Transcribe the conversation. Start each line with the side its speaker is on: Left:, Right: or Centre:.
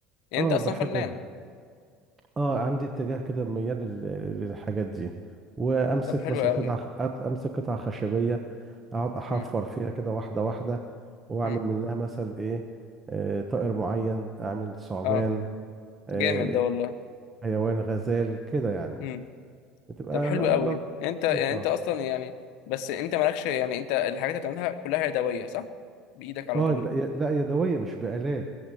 Left: يعني
Right: آه،
Left: انت اصلا
Right: بحب
Left: فنان
Right: ال- اه عندي اتجاه كده ميال لل- للحاجات دي وأمسك
Left: طب حلو
Right: مثلا
Left: قوي
Right: قطعة خ- أت- أمسك قطعة خشبية أقعد أحفر
Left: امم
Right: فيها كده واحدة واحدة وأعمل
Left: امم
Right: منها مثلا إيه آه، طائر معين أعمل ثعبان
Left: اه
Right: آه،
Left: جامد ده والله
Right: حيوان غزال كده يعني
Left: امم
Right: بتبقى
Left: طب حلو
Right: ل-
Left: قوي
Right: ل-
Left: انت يعني
Right: لطيفة
Left: انت اصلا يعني بس انت مالكش يعني انت الحاجات اللي بتعملها كلها يدوية صح بايدك على
Right: اه
Left: طول
Right: لا ي- لا يدوية مش بآلات